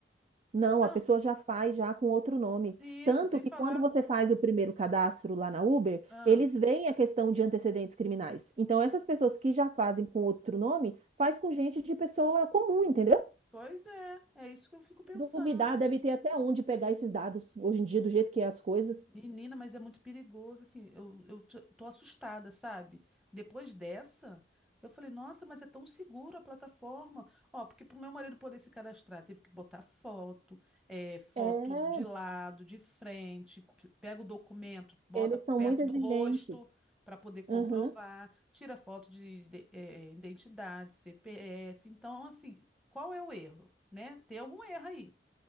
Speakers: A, on the right; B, in the centre.
A: Não,
B: Não,
A: a pessoa já faz já com outro nome.
B: isso,
A: Tanto
B: e sem
A: que
B: falar,
A: quando você faz o primeiro cadastro lá na Uber,
B: ah,
A: eles veem a questão de antecedentes criminais. Então, essas pessoas que já fazem com outro nome, faz com gente de pessoa comum, entendeu?
B: pois é, é isso que eu fico pensando.
A: Se Duvidar, deve ter até onde pegar esses dados hoje em dia, do jeito que é as coisas.
B: Menina, mas é muito perigoso, assim, eu, eu tô tô assustada, sabe? Depois dessa, eu falei, nossa, mas é tão seguro a plataforma. Ó, porque pro meu marido poder se cadastrar, teve que botar foto, é, foto
A: É,
B: de lado, de frente, p- pega o documento, bota
A: eles
B: perto
A: são muito exigentes.
B: do rosto para poder comprovar,
A: Uhum,
B: tira foto de, ide- é, é, identidade, CPF. Então, assim, qual é o erro, né? Tem algum erro aí